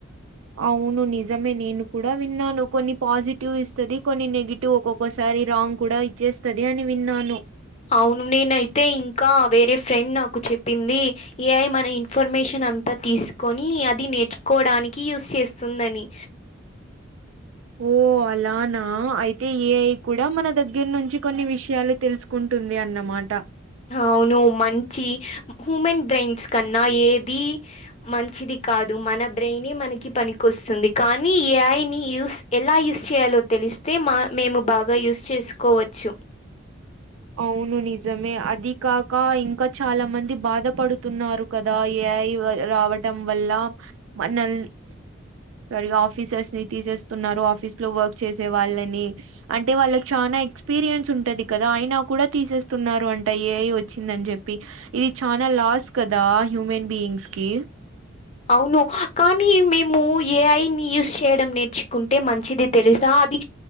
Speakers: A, on the right; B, on the left.
A: అవును నిజమే నేను కూడా విన్నాను కొన్ని పాజిటివ్ ఇస్తది కొన్ని నెగి టివ్ ఒక్కొక్కసారి రాంగ్ కూడా ఇచ్చేస్తది అని విన్నాను
B: అవును నేనయితే ఇంకా వేరే ఫ్రెండ్ నాకు చెప్పింది ఏఐ మన ఇన్ఫర్మేషన్ అంతా తీసుకొని అది నేర్చోకోవడానికి యూజ్ చేస్తుందని
A: ఓ అలానా అయితే ఏఐ కూడా మన దగ్గర నుంచి కొన్ని విషయాలు తెలుసుకుంటుంది అన్నమాట
B: అవును మంచి హ్యూమన్ బ్రెయిన్స్ కన్నా ఏది మంచిది కాదు మన బ్రెయినే మనకి పనికి వస్తుంది కానీ ఏఐని యూజ్ ఎలా యూజ్ చేయాలో తెలిస్తే మా మేము బాగా యూజ్ చేసుకోవచ్చు
A: అవును నిజమే అది కాక ఇంకా చాలా మంది బాధపడుతున్నారు కదా ఎఐ రావటం వల్ల మ నల్ వాళ్ళు ఆఫీసర్స్ ని తీసేస్తున్నారు ఆఫీస్ లో వర్క్ చేసే వాళ్ళని అంటే వాళ్ళకి చాలా ఎక్స్పీరియన్స్ ఉంటది కదా ఆయిన కూడా తీసేస్తున్నారు అంట ఏఐ వచ్చిందని చెప్పి ఇది చానా లాస్ కదా హ్యూమన్ బీయింగ్స్ కి
B: అవును కానీ మేము ఏఐని యూజ్ చేయడం నేర్చుకుంటే మంచిది తెలుసా అది